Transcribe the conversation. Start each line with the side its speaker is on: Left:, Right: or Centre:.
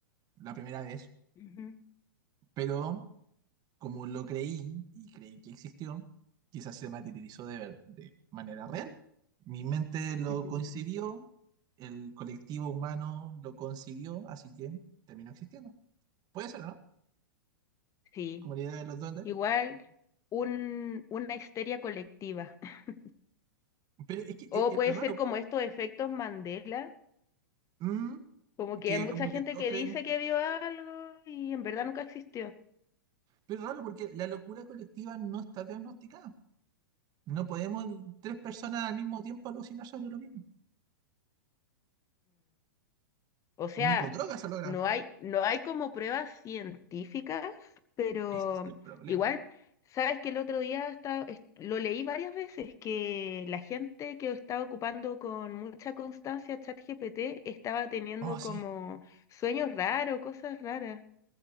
Right: la primera vez,
Left: Ujú.
Right: pero como lo creí y creí que existió, quizás se materializó de, ver- de manera real. Mi mente lo
Left: Mm,
Right: concibió, el colectivo humano lo concibió, así que terminó existiendo. Puede ser, ¿no?
Left: Sí,
Right: Como la idea de los duendes.
Left: igual un, una histeria colectiva. <laughs>
Right: Pero es que
Left: O
Right: es, es
Left: puede
Right: raro.
Left: ser como estos efectos Mandela,
Right: mm,
Left: como que
Right: que
Left: hay mucha
Right: como
Left: gente
Right: que todos
Left: que
Right: creemos.
Left: dice que vio algo y en verdad nunca existió.
Right: Pero raro, porque la locura colectiva no está diagnosticada. No podemos tres personas al mismo tiempo alucinar sobre lo mismo.
Left: O sea,
Right: Ni con drogas se logra.
Left: no hay, no hay como pruebas científicas, pero
Right: Ese es el problema.
Left: igual, sabes que el otro día estaba- est- lo leí varias veces que la gente que estaba ocupando con mucha constancia ChatGPT estaba teniendo
Right: Oh,
Left: como
Right: sí.
Left: sueños raros, cosas raras.